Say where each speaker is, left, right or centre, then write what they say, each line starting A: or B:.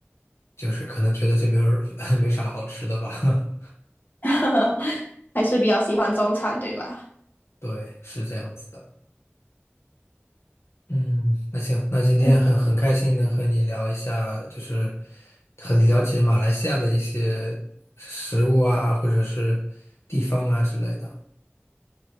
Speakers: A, on the left; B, on the left.
A: 就是可能觉得这边儿 <laughs> 没啥好吃的吧。
B: <laughs> 还是比较喜欢中餐，对吧？
A: <laughs> 对，是这样子的。嗯，那行，那今天很很开心能和你聊一下，
B: 嗯，
A: 就是很了解马来西亚的一些食物啊，或者是地方啊之类的。